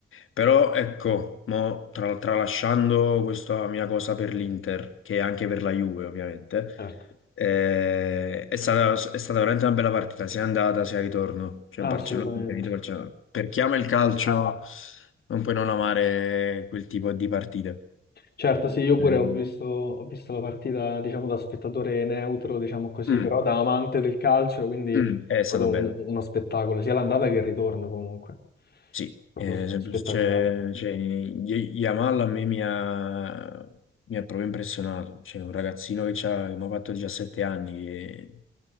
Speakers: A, on the left; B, on the left.
A: Però ecco, mo, tra- tralasciando questa mia cosa per l'Inter, che è anche per la Juve ovviamente,
B: certo,
A: eh, è stata, è stata veramente una bella partita, sia andata sia ritorno. Cioè Barcellona,
B: assolutamente.
A: Inter, Inter, Barcellona. Per chi ama il calcio non puoi non amare quel tipo di partite.
B: Certo, sì, io pure
A: Mm,
B: ho visto, ho visto la partita, diciamo, da spettatore neutro, diciamo così,
A: mm,
B: però da amante del calcio, quindi
A: mm,
B: è
A: È stato
B: stato un-
A: bello.
B: uno spettacolo, sia l'andata che il ritorno comunque,
A: Sì,
B: proprio
A: eh, sempre-
B: spettacolare.
A: c'è c'è- Y- Yamal a me mi ha, mi ha proprio impressionato. C'è un ragazzino che c'ha- che mi ha fatto 17 anni, e-